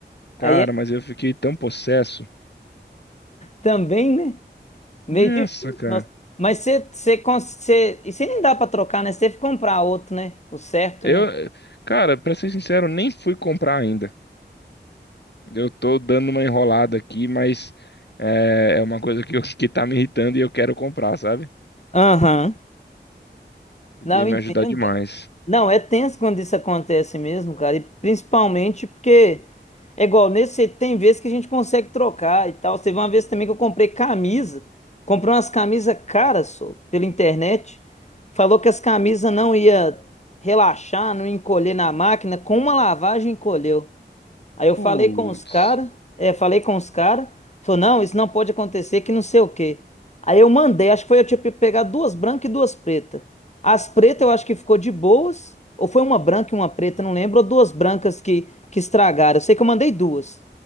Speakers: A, on the left; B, on the left.
A: Aí
B: Cara,
A: é
B: mas eu fiquei tão possesso.
A: também, né? Meio
B: Nossa,
A: difícil,
B: cara.
A: nossa. Mas você, você, cons- você, e você nem dá pra trocar, né? Você teve que comprar outro, né? O certo,
B: Eu,
A: né?
B: cara, pra ser sincero, nem fui comprar ainda. Eu tô dando uma enrolada aqui, mas é, é uma coisa que, eu- <laughs> que tá me irritando e eu quero comprar, sabe?
A: Aham.
B: Porque
A: Não,
B: ia
A: eu
B: me
A: entendo.
B: ajudar demais.
A: Não, é tenso quando isso acontece mesmo, cara. E principalmente porque é igual nesse, tem vezes que a gente consegue trocar e tal. Teve uma vez também que eu comprei camisa, comprei umas camisas caras, só, pela internet. Falou que as camisas não ia relaxar, não ia encolher na máquina, com uma lavagem encolheu. Aí eu
B: Putz.
A: falei com os caras, é, falei com os caras, falou, não, isso não pode acontecer, que não sei o quê. Aí eu mandei, acho que foi eu tinha pe- pegado duas brancas e duas pretas. As pretas eu acho que ficou de boas, ou foi uma branca e uma preta, não lembro, ou duas brancas que, que estragaram. Eu sei que eu mandei duas.